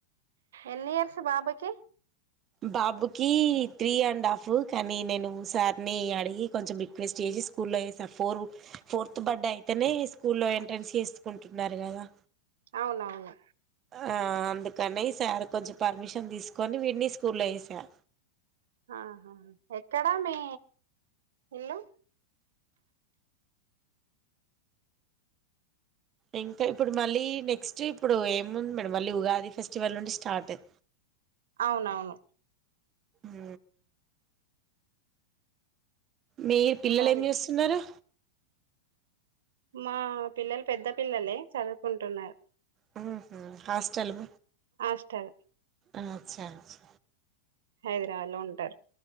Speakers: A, on the right; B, on the right.
A: ఎన్ని ఇయర్స్ బాబుకి
B: బాబుకి త్రీ అండ్ హాఫ్ కానీ నేను సారిని అడిగి కొంచెం రిక్వెస్ట్ చే స్కూల్లో ఎసా ఫోర్ ఫోర్త్ బడ్డే అయితేనే స్కూల్లో ఎంట్రెన్స్ చేసుకుంటున్నరు కదా.
A: అవునవును.
B: ఆ అందుకని ఈ సార్ కొంచెం పర్మిషన్ తీసుకొని వీడిని స్కూల్లో వేసా
A: ఆహా ఎక్కడా మీ ఇల్లు?
B: ఇంకా ఇప్పుడు మళ్ళీ నెక్స్ట్ ఇప్పుడు ఏము ఉంది మేడం. మళ్ళీ ఉగాది ఫెస్టివల్ నుండి స్టార్ట్. అ
A: అవునవును.
B: హ్ మీరు పిల్లలు
A: అది
B: ఏం చేస్తున్నరు?
A: మా పిల్లలు పెద్ద పిల్లలే చదువుకుంటున్నరు.
B: హుహ్ హాస్టలు
A: ఆస్టల్
B: ఆ అచ్చాచా.
A: హైదరాబాద్ లో ఉంటరు.